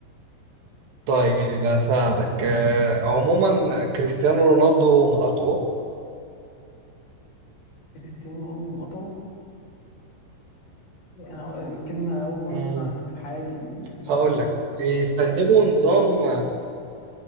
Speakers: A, on the right (about 60°); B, on the left (about 70°).
A: طيب هساعدك آه عموما كريستيانو رونالدو نقطعه
B: كريستيانو رونالدو مقاطعه انا الكلمة اول مرة
A: مم.
B: اسمعها في حياتي من كريستيانو
A: هقول
B: رونالدو.
A: لك بيستخدموا نظام